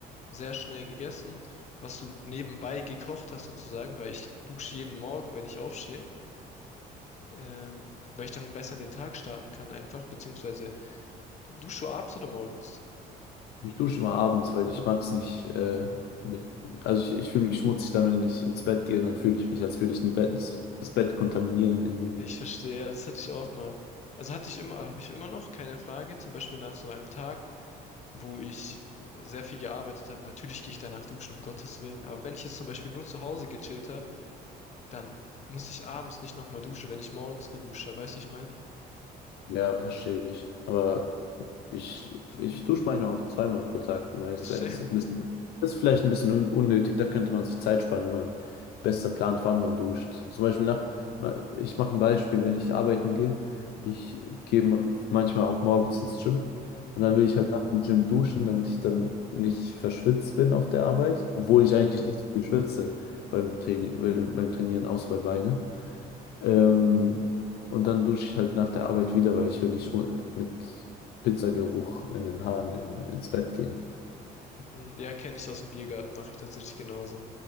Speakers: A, on the left; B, on the left.
A: Sehr schnell gegessen, was du nebenbei gekocht hast sozusagen, weil ich dusche jeden Morgen, wenn ich aufstehe, ähm, weil ich dann besser in den Tag starten kann einfach, beziehungsweise dusche du abends oder morgens?
B: Ich dusche immer abends, weil ich mag es nicht äh, mit. Also ich, ich fühle mich schmutzig dann, wenn ich ins Bett gehe, dann fühle ich mich, als würde ich den Bett, das Bett kontaminieren irgendwie.
A: Ich verstehe, ja, das hatte ich auch mal. Also hatte ich immer, habe ich immer noch, keine Frage. Zum Beispiel nach so einem Tag, wo ich sehr viel gearbeitet habe. Natürlich gehe ich danach duschen, um Gottes Willen. Aber wenn ich jetzt zum Beispiel nur zu Hause gechillt habe, dann muss ich abends nicht nochmal duschen, wenn ich morgens geduscht habe. Weißt du, wie ich mein?
B: Ja, verstehe ich. Aber Ich, ich dusche manchmal auch zweimal pro Tag, um ehrlich
A: Same.
B: zu sein. Das ist ein bisschen, das ist vielleicht ein bisschen un- unnötig. Da könnte man sich Zeit sparen, wenn man besser plant, wann man duscht. Zum Beispiel nach, ma- ich mache ein Beispiel, wenn ich arbeiten gehe. Ich gehe ma- manchmal auch morgens ins Gym
A: Mhm,
B: und dann will ich halt nach dem Gym duschen, damit ich dann nicht verschwitzt bin auf der Arbeit, obwohl
A: mhm,
B: ich eigentlich nicht so viel schwitze beim Training, beim, beim Trainieren, außer bei Beine. Ähm, und dann dusche ich halt nach der Arbeit wieder, weil ich will nicht schmu- mit Pizzageruch in den Haaren im, ins Bett gehen.
A: mhm. Ja, kenne ich aus dem Biergarten, mache ich tatsächlich genauso.